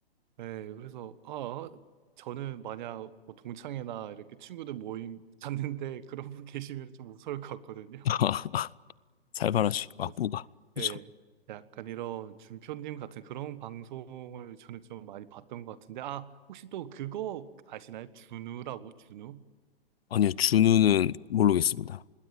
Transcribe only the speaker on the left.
<laughs> 살벌하시. 막구가.
그죠.
아니요, 준우는 모르겠습니다.